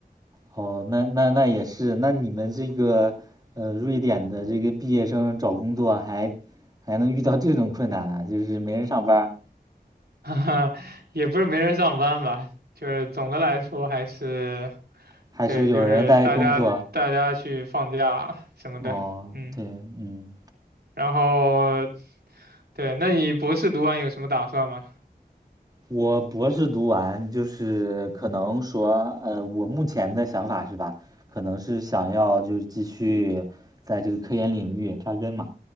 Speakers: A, on the right; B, on the right.
A: 哦，那那那也是，那你们这个呃，瑞典的这个毕业生找工作还还能遇到这种困难呢？就是没人上班儿
B: <laughs> 哈哈，也不是没人上班吧，就是总的来说还是，
A: 还是有人在工作？
B: 对，就是大家大家去放假什么的，
A: 哦，
B: 嗯，
A: 对，嗯，
B: 然后对，那你博士读完有什么打算吗？
A: 我博士读完就是可能说，呃，我目前的想法是吧，可能是想要就是继续在这个科研领域扎根嘛，